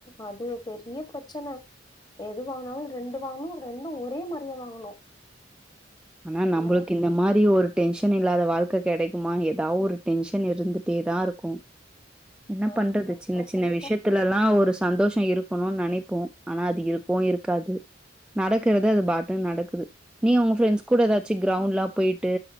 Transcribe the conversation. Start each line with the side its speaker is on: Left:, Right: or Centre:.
Left: அது ஒரு பெரிய பிரச்சன எது வாங்குனாலு ரெண்டு வாங்கனும் ரெண்டு ஒரே மாரி தா வாங்கணு
Centre: ஆனா நம்பளுக்கு
Left: இல்லன்னா
Centre: இந்த மாரி ஒரு டென்ஷன் இல்லாத வாழ்க்க கெடைக்குமா ஏதா ஒரு டென்ஷன் இருந்துட்டே தா இருக்கு என்ன
Left: ஆமா
Centre: பண்றது
Left: கரெக்டா
Centre: சின்ன சின்ன
Left: சொல்லிட்ட
Centre: விஷயத் துலல்லா ஒரு சந்தோஷோ இருக்கணுன் நினைப்போ ஆனா அது இருக்கவு இருக்காது நடக்கறத அது பாட்டுன்னு நடக்குது நீ உங்க ஃப்ரெண்ட்ஸ் கூட ஏதாச்சி கிரவுண்ட் லா போய்ட்டு